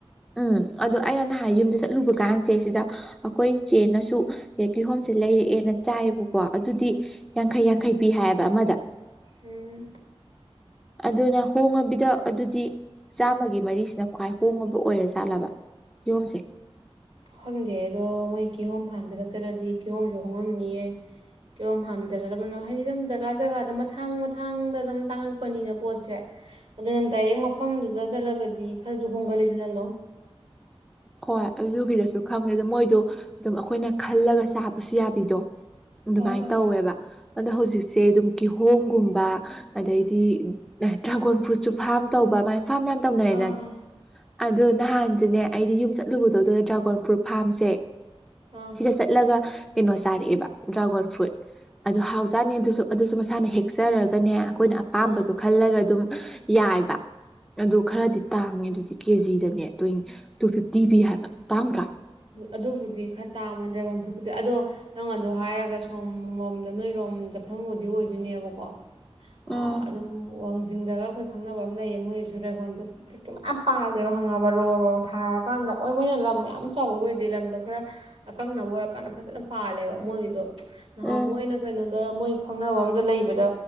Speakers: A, in the centre; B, on the right.
A: ꯎꯝ ꯑꯗꯣ ꯑꯩꯅ ꯅꯍꯥꯟ ꯌꯨꯝꯗ ꯆꯠꯂꯨꯕ ꯀꯥꯟꯁꯦ ꯁꯤꯗ ꯑꯩꯈꯣꯏ ꯆꯦꯅꯁꯨ ꯑꯦ ꯀꯍꯣꯝꯁꯦ ꯂꯩꯔꯛꯑꯦꯅ ꯆꯥꯏꯑꯕꯀꯣ ꯑꯗꯨꯗꯤ ꯌꯥꯡꯈꯩ ꯌꯥꯡꯈꯩ ꯄꯤ ꯍꯥꯏꯌꯦꯕ ꯑꯃꯗ
B: ꯎꯝ
A: ꯑꯗꯨꯅ ꯍꯣꯡꯉꯕꯤꯗ ꯑꯗꯨꯗꯤ ꯆꯥꯝꯃꯒꯤ ꯃꯔꯤꯁꯤꯅ ꯈ꯭ꯋꯥꯏ ꯍꯣꯡꯉꯕ ꯑꯣꯏꯔꯖꯥꯠꯂꯕ ꯀꯤꯌꯣꯝꯁꯦ
B: ꯈꯪꯗꯦ ꯑꯗꯣ ꯃꯣꯏ ꯀꯤꯍꯣꯝ ꯐꯥꯔꯝꯗꯒ ꯆꯠꯂꯗꯤ ꯀꯤꯍꯣꯝꯁꯨ ꯍꯣꯡꯉꯝꯅꯤꯌꯦ ꯀꯩꯣꯝ ꯍꯥꯝꯖꯗꯕꯅꯣ ꯍꯥꯏꯗꯤ ꯑꯗꯨꯝ ꯖꯒꯥ ꯖꯒꯥꯗ ꯃꯊꯥꯡ ꯃꯊꯥꯡꯗ ꯑꯗꯨꯝ ꯇꯥꯡꯉꯛꯄꯅꯤꯅ ꯄꯣꯠꯁꯦ ꯑꯗꯨ ꯅꯪ ꯗꯥꯏꯔꯦꯛ ꯃꯐꯝꯗꯨꯗ ꯆꯠꯂꯒꯗꯤ ꯈꯔꯁꯨ ꯍꯣꯡꯒꯠꯜꯂꯤꯗ ꯅꯪꯗꯣ
A: ꯍꯣꯏ ꯑꯗꯨꯒꯤꯗꯁꯨ ꯈꯪꯗꯦ ꯑꯗ ꯃꯣꯏꯗꯣ ꯑꯗꯨꯝ ꯑꯩꯈꯣꯏꯅ ꯈꯜꯂꯒ ꯆꯥꯕꯁꯨ ꯌꯥꯕꯤꯗꯣ ꯑꯗꯨꯃꯥꯏꯅ
B: ꯑꯣ ꯑꯣ
A: ꯇꯧꯋꯦꯕ ꯑꯗꯣ ꯍꯧꯖꯤꯛꯁꯦ ꯑꯗꯨꯝ ꯀꯤꯍꯣꯝꯒꯨꯝꯕ ꯑꯗꯩꯗꯤ ꯑꯦ ꯗ꯭ꯔꯥꯒꯣꯟ ꯐ꯭ꯔꯨꯠꯁꯨ ꯐꯥꯔꯝ ꯇꯧꯕ ꯑꯗꯨꯥꯏ ꯐꯥꯔꯝ ꯌꯥꯝ ꯇꯧꯅꯔꯦꯅ
B: ꯑꯥ ꯑꯥ
A: ꯑꯗꯨꯗ ꯅꯍꯥꯟꯁꯤꯅꯦ ꯑꯩꯗꯤ ꯌꯨꯝ ꯆꯠꯂꯨꯕꯗꯣ ꯑꯗꯨꯗ ꯗ꯭ꯔꯥꯒꯣꯟ ꯐ꯭ꯔꯨꯠ ꯐꯥꯔꯝꯁꯦ
B: ꯑꯥ
A: ꯁꯤꯗ ꯆꯠꯂꯒ ꯀꯩꯅꯣꯁꯦ ꯇꯥꯔꯛꯑꯦꯕ ꯗ꯭ꯔꯥꯒꯣꯟ ꯐ꯭ꯔꯨꯏꯠ ꯑꯗꯨꯗ ꯍꯥꯎꯖꯥꯠꯅꯤ ꯑꯗꯨꯁꯨ ꯑꯗꯨꯁꯨ ꯃꯁꯥꯅ ꯍꯦꯛꯆꯔꯒꯅꯦ ꯑꯩꯈꯣꯏꯅ ꯑꯄꯥꯝꯕꯗꯣ
B: ꯑꯥ
A: ꯈꯜꯂꯒ ꯑꯗꯨꯝ ꯌꯥꯏꯕ ꯑꯗꯨ ꯈꯔꯗꯤ ꯇꯥꯡꯉꯦ ꯑꯗꯨꯗꯤ ꯀꯦꯖꯤꯗꯅꯦ ꯇ ꯇꯨ ꯐꯤꯐꯇꯤ ꯄꯤ ꯍꯥꯏꯕ ꯇꯥꯡꯗ꯭ꯔꯥ
B: ꯑꯗꯨꯕꯨꯗꯤ ꯈꯔ ꯇꯥꯃꯗ꯭ꯔꯕꯐ ꯗꯤ ꯑꯗꯣ ꯅꯪ ꯑꯗꯣ ꯍꯥꯏꯔꯒ ꯁꯣꯝ ꯔꯣꯝꯗ ꯅꯣꯏꯔꯣꯝ ꯆꯠꯐꯝꯕꯨꯗꯤ ꯑꯣꯏꯗꯣꯏꯅꯦꯕꯀꯣ
A: ꯎꯝ
B: ꯑ ꯑꯗꯨ ꯋꯥ ꯤꯡꯗꯒ ꯑꯩꯈꯣꯏ ꯈꯪꯅꯕ ꯑꯃ ꯂꯩꯌꯦ ꯃꯣꯏꯁꯨ ꯔꯦꯒꯣꯟꯗꯣ ꯐꯨꯠꯇꯨ ꯃꯌꯥꯝ ꯄꯥꯗꯦꯕ ꯍꯪꯉꯕ ꯔꯣ ꯔꯣ ꯊꯔꯀꯥꯟꯗ ꯑꯣꯏ ꯃꯣꯏꯅ ꯂꯝ ꯌꯥꯝ ꯆꯥꯎꯕꯒꯤ ꯑꯣꯏꯗꯦ ꯂꯝꯗꯣ ꯈꯔ ꯑꯀꯛꯅꯕ ꯑꯣꯏꯔꯀꯥꯟꯗ ꯐꯖꯅ ꯄꯥꯜꯂꯦꯕ ꯃꯣꯏꯒꯤꯗꯣ ꯅꯍꯥꯟ
A: ꯎꯝ
B: ꯃꯣꯏꯅ ꯀꯩꯅꯣꯗ ꯃꯣꯏ ꯈꯪꯅꯕ ꯑꯝꯗ ꯂꯩꯕꯗ